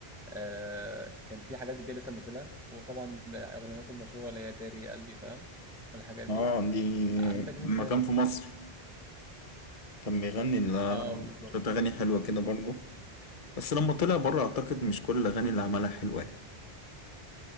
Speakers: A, in the centre; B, on the left.
A: آه كان في حاجات جديدة لسه منزلها وطبعا أغنيته المشهورة اللي هي داري قلبي فاهم والحاجات دي
B: اه دي
A: عندك مين
B: لما
A: تاني؟
B: كان في مصر كان بيغني ال-
A: اه بالظبط
B: شويه اغاني حلوه كده برضه بس لما طلع بره اعتقد مش كل الاغاني اللي عملها حلوه يعني.